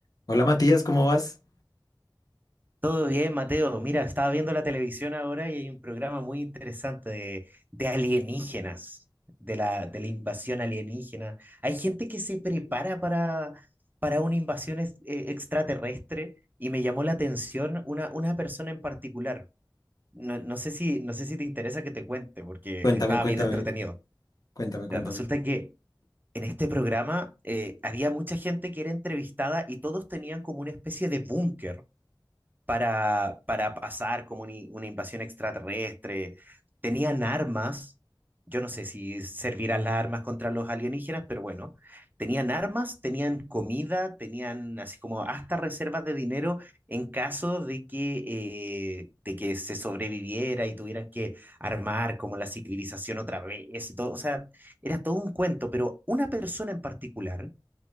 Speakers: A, on the left; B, on the right.
A: Hola Matías, ¿cómo vas?
B: Todo bien, Mateo. Mira, estaba viendo la televisión ahora y hay un programa muy interesante de, de alienígenas, de la, de la invasión alienígena. Hay gente que se prepara para, para una invasión es- eh, extraterrestre y me llamó la atención una, una persona en particular. No, no sé si, no sé si te interesa que te cuente porque
A: Cuéntame,
B: estaba
A: cuéntame,
B: bien entretenido.
A: cuéntame,
B: Mira,
A: cuéntame.
B: resulta que en este programa eh, había mucha gente que era entrevistada y todos tenían como una especie de búnker para, para pasar como una, una invasión extraterrestre. Tenían armas, yo no sé si servirán las armas contra los alienígenas, pero bueno, tenían armas, tenían comida, tenían así como hasta reservas de dinero en caso de que, eh, de que se sobreviviera y tuvieran que armar como la civilización otra vez y todo. O sea, era todo un cuento, pero una persona en particular